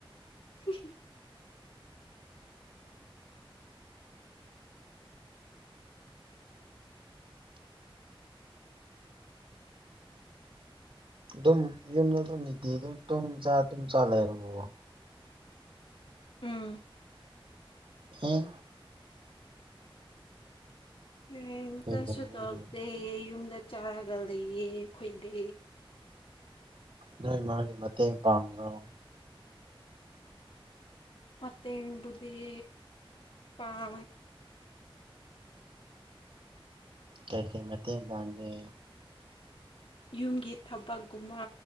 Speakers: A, on the left; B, on the right.
A: <unintelligible>
B: ꯑꯗꯨꯝ ꯌꯨꯝꯗ ꯑꯗꯨꯝ ꯅꯤꯇꯤ ꯑꯗꯨꯨꯝ ꯇꯨꯝ ꯆꯥ ꯇꯨꯝ ꯆꯥ ꯂꯩꯔꯕꯣ
A: ꯎꯝ
B: ꯍꯦ
A: ꯀꯔꯤꯝꯇꯁꯨ
B: ꯀꯩꯗꯧꯔꯒꯦ?
A: ꯇꯧꯔꯇꯦ ꯌꯨꯝꯗ ꯆꯥꯔꯒ ꯂꯩꯌꯦ ꯈꯣꯏꯗꯤ
B: ꯅꯣꯏ ꯃꯥꯒꯤ ꯃꯇꯦꯡ ꯄꯥꯡꯗ꯭ꯔꯣ
A: ꯃꯥꯇꯦꯡꯕꯩꯗꯤ ꯄꯥꯡ
B: ꯀꯩ ꯀꯩ ꯃꯇꯦꯡ ꯄꯥꯡꯒꯦ
A: ꯌꯨꯝꯒꯤ ꯊꯕꯛꯀꯨꯝꯕ